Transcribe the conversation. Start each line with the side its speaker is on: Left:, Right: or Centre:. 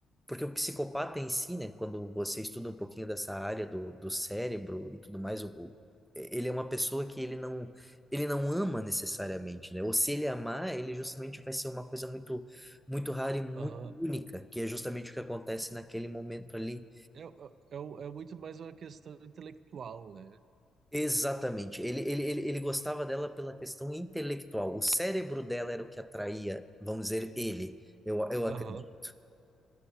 Centre: porque o psicopata em si, né, quando você estuda um pouquinho dessa área do, do cérebro e tudo mais, o, o- ele é uma pessoa que ele não, ele não ama necessariamente, né? Ou se ele amar, ele justamente vai ser uma coisa muito, muito rara e muito
Right: Aham.
Centre: única, que é justamente o que acontece naquele momento ali.
Right: É, é, é o- é muito mais uma questão intelectual, né?
Centre: Exatamente. Ele, ele, ele, ele gostava dela pela questão intelectual. O cérebro dela era o que atraía, vamos dizer, ele. Eu, eu acredito.
Right: Aham.